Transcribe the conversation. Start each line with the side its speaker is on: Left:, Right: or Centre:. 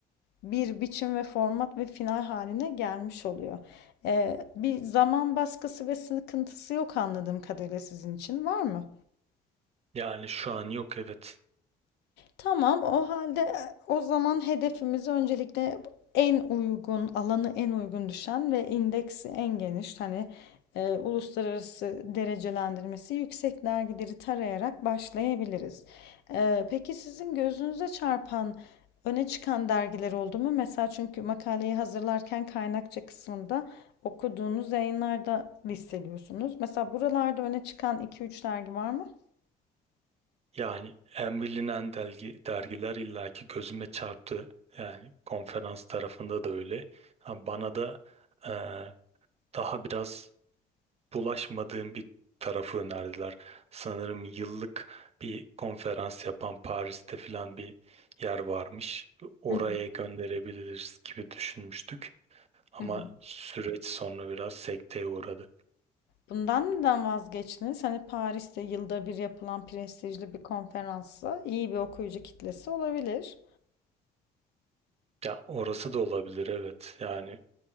Left: bir biçim ve format ve final haline gelmiş oluyor. Ee, bir zaman baskısı ve sıkıntısı yok anladığım kadarıyla sizin için var mı?
Right: Yani şu an yok evet.
Left: Tamam, o halde e, o zaman hedefimizi öncelikle en uygun, alanı en uygun düşen ve indeksi en geniş, hani e, uluslararası derecelendirmesi yüksek dergileri tarayarak başlayabiliriz. E, peki sizin gözünüze çarpan, öne çıkan dergiler oldu mu? Mesela çünkü makaleyi hazırlarken kaynakça kısmında okuduğunuz yayınlarda listeliyorsunuz. Mesela buralarda öne çıkan iki üç dergi var mı?
Right: Yani en bilinen dergi, dergiler illaki gözüme çarptı. Yani konferans tarafında da öyle. Ha, bana da eee, daha biraz bulaşmadığım bir tarafı önerdiler. Sanırım yıllık bir konferans yapan Paris'te filan bir yer varmış. Oraya
Left: Hı hı.
Right: gönderebiliriz gibi düşünmüştük. Ama
Left: hı hı.
Right: süreç sonra biraz sekteye uğradı.
Left: Bundan neden vazgeçtiniz? Hani Paris'te yılda bir yapılan prestijli bir konferansı iyi bir okuyucu kitlesi olabilir.
Right: Ya orası da olabilir evet. Yani